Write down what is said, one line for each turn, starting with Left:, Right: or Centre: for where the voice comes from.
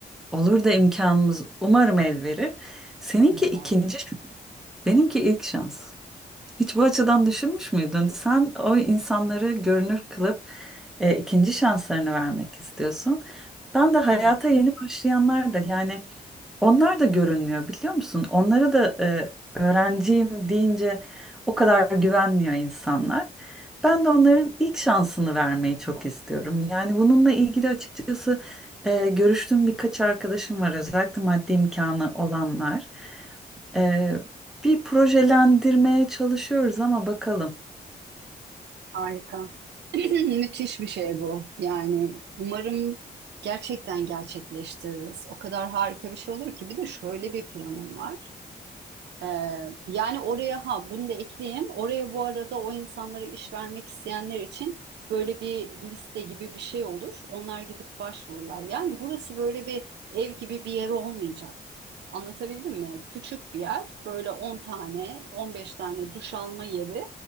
Centre: Olur da imkanımız umarım el verir. Seninki
Right: inşallah.
Centre: ikinci, şans, benimki ilk şans. Hiç bu açıdan düşünmüş müydün? Sen o insanları görünür kılıp e, ikinci şanslarını vermek istiyorsun. Ben de hayata
Right: Evet.
Centre: yeni başlayanlar da yani onlar da görünmüyor biliyor musun? Onlara da e, öğrenciyim deyince o kadar güvenmiyor insanlar. Ben de onların ilk şansını vermeyi çok istiyorum. Yani bununla ilgili açıkçası e, görüştüğüm birkaç arkadaşım var özellikle maddi imkanı olanlar. E, bir projelendirmeye çalışıyoruz ama bakalım.
Right: Harika. <clears throat> Müthiş bir şey bu. Yani umarım gerçekten gerçekleştiririz. O kadar harika bir şey olur ki. Bir de şöyle bir planım var. Ee, yani oraya ha bunu da ekleyeyim. Oraya bu arada o insanlara iş vermek isteyenler için böyle bir liste gibi bir şey olur. Onlar gidip başvururlar. Yani burası böyle bir ev gibi bir yer olmayacak. Anlatabildim mi? Küçük bir yer, böyle 10 tane, 15 tane duş alma yeri.